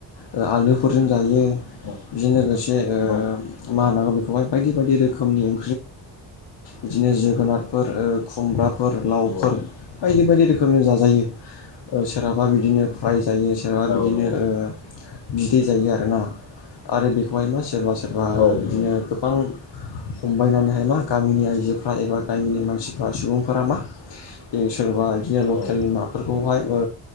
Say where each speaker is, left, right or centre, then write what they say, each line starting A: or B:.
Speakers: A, on the left (about 70°); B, on the left (about 85°).
A: ओ आलुफोरजों जायो।
B: औ
A: बेजों लोगोसे ओ
B: नंगौ
A: मा होनांगौ बेखौहाय बायदि बायदि रोखोमनि ओं इदिनो जोगोनारफोर ओ खुमब्राफोर लावफोर
B: नंगौ
A: बायदि बायदि रोख खोमनि जाजायो ओ सोरहाबा बिदिनो फराय जायो सोरहाबा
B: औ
A: बिदिनो
B: नंगौ
A: ओ बिदै जायो आरोना। आरो बेखौहाय मा सोरबा सोरबा
B: औ नंगौ
A: बिदिनो गोबां हमबायनानैहाय मा गामिनि आइजोफ्रा एबा गामिनि मानसिफ्रा सुबुंफोरा मा बे सोरबा इदिनो लकेल
B: औ
A: नाफोरखौहाय ओ